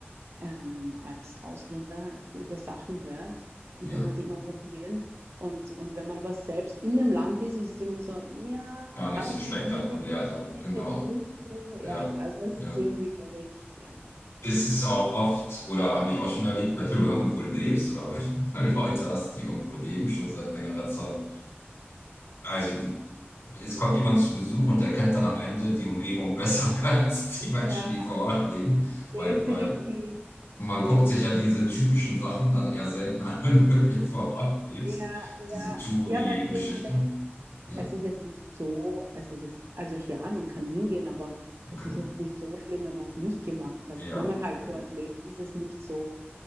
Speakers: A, on the right; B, on the left.
A: ähm, als Ausländer über Sachen hört, will
B: Ja,
A: man sie immer probieren. Und, und wenn man aber selbst in dem Land ist, ist es immer so, ja,
B: gar nicht
A: habe
B: so
A: ich
B: spektakulär
A: noch nie wirklich,
B: da,
A: ist
B: genau.
A: jetzt nicht so, ja,
B: Ja,
A: also es ist
B: ja.
A: irgendwie, glaube ich, ja.
B: Es ist auch oft, oder habe ich auch schon erlebt, wenn du irgendwo lebst oder <laughs> wenn du Leute hast, die irgendwo leben, schon seit längerer Zeit. Also, die, es kommt jemand zu Besuch und der kennt dann am Ende die Umgebung besser <laughs> als die Menschen,
A: Ja,
B: die vor Ort leben,
A: definitiv,
B: weil, weil Und man
A: definitiv.
B: guckt sich ja diese typischen Sachen dann eher selten an, <laughs> wenn du wirklich vor Ort lebst.
A: Ja, ja,
B: Diese Touri-Geschichten.
A: ja, weil du dir immer denkst,
B: Ja,
A: es ist jetzt nicht so, es ist jetzt, also ja, man kann hingehen, aber es
B: genau.
A: ist jetzt nicht so schlimm, wenn man es nicht gemacht hat.
B: Ja,
A: Wenn man halt
B: genau.
A: dort lebt, ist es nicht so.